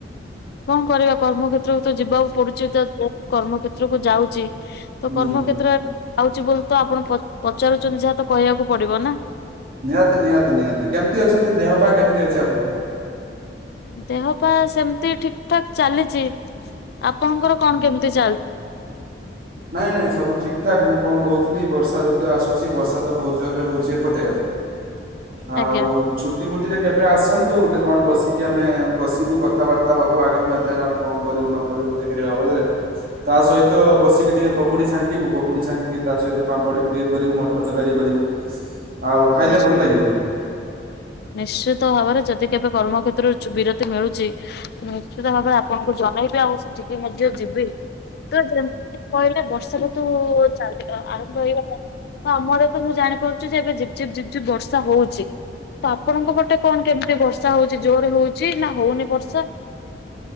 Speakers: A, on the left; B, on the right.
A: କଣ କରିବା କର୍ମକ୍ଷେତ୍ରକୁ ତ ଯିବାକୁ ପଡୁଛି ଯା କର୍ମକ୍ଷେତ୍ରକୁ ଯାଉଛି। ତ
B: ହୁଁ
A: କର୍ମକ୍ଷେତ୍ର ଯାଉଛି ବୋଲି ତ ଆପଣ ପ-ପଚାରୁଛନ୍ତି ଯାହା ତ। କହିବାକୁ ପଡିବ ନା।
B: ନିହାତି ନିହାତି ନିହାତି କେମିତି ଅଛନ୍ତି ଦେହ ପା କେମିତି ଅଛି ଆପଣଙ୍କର?
A: ଦେହ ପା ସେମିତି ଠିକ ଠାକ ଚାଲିଛି। ଆପଣଙ୍କର କଣ
B: ହୁଁ।
A: କେମିତି ଚାଲିଛି?
B: ନାଇଁ ନାଇଁ ସବୁ ଠିକଠାକ ମୁଁ କଣ କହୁଥିଲି ବର୍ଷା ଋତୁ ଆସୁଛି ବର୍ଷା ତ ବହୁତ ଜୋର ରେ ହଉଛି ଏପଟେ। ଆଉ
A: ଆଜ୍ଞା
B: ଛୁଟି ମୁୁଟିରେ କେବେ ଆସନ୍ତୁ? କଣ ବସିକି ଆମେ ବସିବୁ କଥାବାର୍ତ୍ତା ହବୁ ଆଗାମୀ ଅଧ୍ୟାୟରେ ଆମେ କଣ କରିବୁ ନ କରିବୁ ଚାକିରି ହବ ତା ସହିତ ବସିକି ଟିକେ ପକୁଡି ଛାଙ୍କିବୁ ପକୁଡି ଛାଙ୍କିକି ତା ସହିତ ପାମ୍ପଡ଼ ବି ଟିକେ କରିବୁ ମଟର ତରକାରୀ କରିବୁ। ଆଉ ଖାଇଲେ
A: ନିଶ୍ଚୟ।
B: ଭଲ ଲାଗିବ।
A: ନିଶ୍ଚିତ ଭାବରେ ଯଦି କେବେ କର୍ମକ୍ଷେ ତ୍ର ଚୁ ବିରତି ମିଳୁଛି ତ ନିଶ୍ଚିତ ଭାବରେ ଆପଣଙ୍କୁ ଜଣେଇବି ଆଉ ସେଠିକି ମଧ୍ୟ ଯିବି। ତ ଯେମିତି କହିଲେ ବର୍ଷା ଋତୁ ଚାଲି ଅ ଆରମ୍ଭ ହେଇଗଲାଣି। ତ ଆମର ତ ମୁଁ ଜାଣିପାରୁଛି ଯେ ଏବେ ଝିପ ଝିପ ଝିପ ଝିପ ବର୍ଷା ହଉଛି। ତ ଆପଣଙ୍କ ପଟେ କଣ କେମିତି ବର୍ଷା ହଉଚି ଜୋର ହଉଚି ନା ହଉନି ବର୍ଷା?